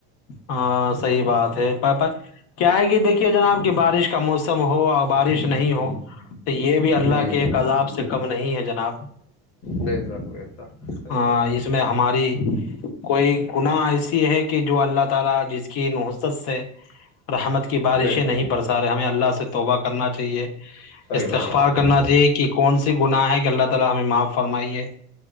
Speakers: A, on the left; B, on the left.
A: ہاں صحیح بات ہے کیا ہے کہ دیکھیے جناب کہ بارش کا موسم ہو اور بارش نہیں ہو تو یہ بھی
B: ہے
A: اللہ
B: جی
A: کے ایک عذاب سے کم نہیں ہے جناب
B: بےزاک بزاک صحیح
A: ہاں
B: فرمایا
A: اس
B: <inaudible>
A: ہماری کوئی گناہ ایسی ہے کہ جو اللہ تعالی جس کی نحرت سے رحمت کی بارشیں
B: بے شک
A: نہیں برسا رہے ہمیں اللہ سے توبہ کرنا چاہیے
B: صحیح
A: استغفار
B: فرمایا
A: کرنا
B: بالکل
A: چاہیے کہ کون سی گناہ ہے کہ اللہ تعالی ہمیں معاف فرمائیے